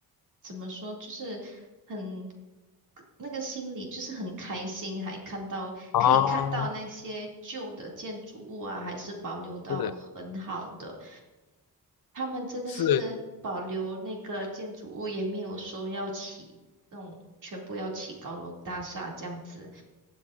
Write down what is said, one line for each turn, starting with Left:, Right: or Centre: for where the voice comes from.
Right: 怎么说，就是很，那个心里就是很开心，还看到，
Left: 啊，
Right: 可以看到那些旧的建筑物啊，还是保留到很好的。
Left: 是
Right: 他们真的是保留那个建筑物，
Left: 是，
Right: 也没有说要起那种全部要起高楼大厦这样子。